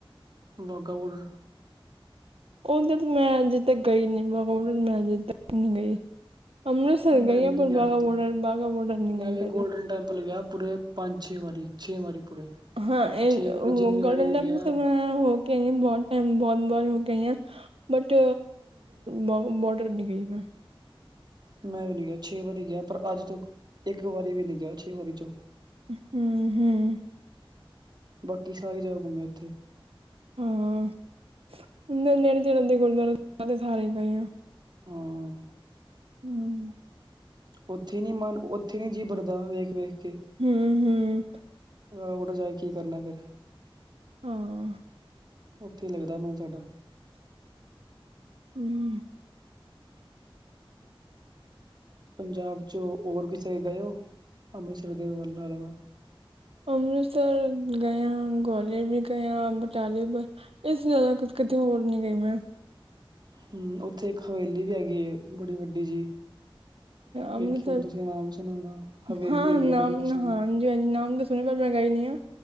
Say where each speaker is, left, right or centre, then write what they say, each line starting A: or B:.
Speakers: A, on the right (about 50°); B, on the right (about 85°).
A: ਬਾਗਾ ਬਾਰਡਰ।
B: ਉਧਰ ਮੈਂ ਅਜੇ ਤੱਕ ਗਈ ਨੀ ਮੈਂ ਅਜੇ ਤੱਕ ਨਹੀਂ ਗਈ। ਅੰਮ੍ਰਿਤਸਰ
A: ਮੈਂ
B: ਗਈ ਹਾਂ
A: ਨਹੀਂ
B: ਪਰ
A: ਗਿਆ
B: ਬਾਗਾ
A: ਕਦੇ
B: ਬੋਡਰ ਬਾਗਾ ਬੋਡਰ ਨਹੀਂ
A: ਮੈਂ
B: ਗਈ
A: ਵੀ
B: ਕਦੇ
A: ਗੋਲਡਨ ਟੈਂਪਲ ਗਿਆ ਪੂਰੇ ਪੰਜ ਛੇ ਵਾਰ। ਛੇ ਵਾਰੀ ਪੂਰੇ।
B: ਹਾਂ
A: ਤੇ
B: ਇਹ
A: ਛੇ ਵਾਰੀ ਜਿੰਨੀ ਵਾਰੀ
B: ਗੋਲਡਨ
A: ਵੀ
B: ਟੈਂਪਲ
A: ਗਿਆ
B: ਤੇ ਮੈਂ ਹੋ ਕੇ ਆਈ ਬਹੁਤ ਟਾਈਮ ਬਹੁਤ। ਹੋ ਕੇ ਆਈ ਮੈਂ ਬੱਟ ਬਾਘਾ ਬਾਰਡਰ ਨਹੀਂ ਗਈ ਮੈਂ।
A: ਮੈਂ ਵੀ ਨੀ ਗਿਆ ਛੇ ਵਾਰੀ ਗਿਆ ਪਰ ਅੱਜ ਤੋਂ ਇੱਕ ਵਾਰੀ ਵੀ ਨਹੀਂ ਗਿਆ ਛੇ ਵਾਰੀ ਚੋਂ।
B: ਹਮ ਹਮ।
A: ਬਾਕੀ ਸਾਰੀ ਜਗ੍ਹਾ ਘੁੰਮੇ ਉੱਥੇ।
B: ਹਾਂ ਨੇੜੇ ਤੇੜ ਦੇ ਗ ਸਾਰੇ ਗਏ ਆ।
A: ਹਾਂ।
B: ਹਮ।
A: ਉੱਥੇ ਨੀ ਮਨ ਉੱਥੇ ਨੀ ਜੀ ਬਰਦਾ ਵੇਖ ਵੇਖ।
B: ਹਮ ਹਮ।
A: ਬਾਹਰ ਜਾਕੇ ਕੀ ਕਰਨਾ ਫਿਰ।
B: ਹਾਂ।
A: ਉੱਥੇ ਲੱਗਦਾ ਮਨ ਸਾਡਾ।
B: ਹਮ।
A: ਪੰਜਾਬ ਚ ਹੋਰ ਕਿਸੇ ਗਏ ਹੋ? ਅੰਮ੍ਰਤਸਰ ਦੇ ਵੀ ਅਲਾਵਾ।
B: ਅੰਮ੍ਰਿਤਸਰ ਗਿਆ, ਗਵਾਲੀਅਰ ਵੀ ਗਿਆ, ਬਟਾਲੇ ਇਸ ਜ਼ਿਆਦਾ। ਕਿਤੇ ਹੋਰ ਨੀ ਗਈ ਮੈਂ।
A: ਹਮ ਉੱਥੇ ਇੱਕ ਹਵੇਲੀ ਵੀ ਹੈਗੀ ਏ ਬੜੀ ਵੱਡੀ ਜੀ।
B: ਅੰਮ੍ਰਿਤਸਰ
A: ਵੇਖੀ ਹੁਣ ਤੁਸੀਂ ਨਾਮ ਸੁਣਿਆ ਹੋਣਾ ਹਵੇਲੀ
B: ਹਾਂ
A: ਹੈਗੀ
B: ਨਾਮ
A: ਬੜੀ ਸੋਹਣੀ
B: ਨਾ ਹ ਹਾਂਜੀ ਹਾਂਜੀ ਨਾਮ ਦਾ। ਸੁਨਿਆ ਪਰ ਮੈਂ ਗਈ ਨੀ ਆ